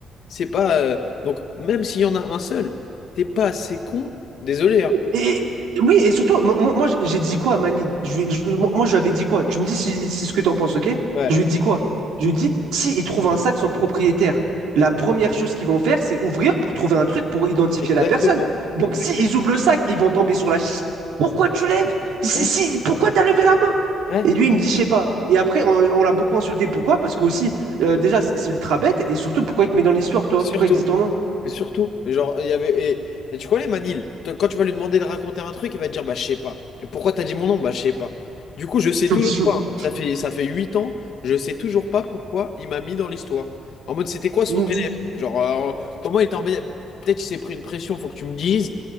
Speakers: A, on the left; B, on the right.
A: C'est pas. euh, Donc, même s'il y en a un seul, t'es pas assez con. Désolé, hein.
B: Et, et- oui, et surtout, moi, moi moi, j'ai dit quoi à Manil? Je, lui- je- moi, moi, je lui avais dit quoi? Tu me dis si, si ce que tu en penses, ok?
A: Ouais,
B: Je lui ai dit quoi? Je lui ai dit, si ils trouvent un sac sans propriétaire, la première chose qu'ils vont faire, c'est ouvrir pour trouver un truc pour identifier
A: exactement.
B: la personne. Donc,
A: Exactement.
B: si ils ouvrent le sac, ils vont tomber sur la chiche. Pourquoi tu lèves? Si,
A: Ouais.
B: si, pourquoi t'as levé la main?
A: ouais.
B: Et lui, il me dit, je sais pas. Et après, on, on l'a beaucoup insulté. Pourquoi? Parce que aussi, euh, déjà, c'est c'est ultra bête. Et surtout, pourquoi il te met dans l'histoire, toi?
A: Surtout,
B: Pourquoi il dit ton nom?
A: mais surtout, genre, il y avait. Et, et tu connais Manil, t- quand tu vas lui demander de raconter un truc, il va te dire, bah, je sais pas. Et pourquoi t'as dit mon nom? Bah, je sais pas. Du coup, je sais
B: <laughs>
A: toujours pas. Ça fait, ça fait 8 ans, je sais toujours pas pourquoi il m'a mis dans l'histoire. En mode, c'était quoi son
B: Mm.
A: bénéfice? Genre, euh, comment il était en bénéf? Peut-être qu'il s'est pris une pression, faut que tu me dises.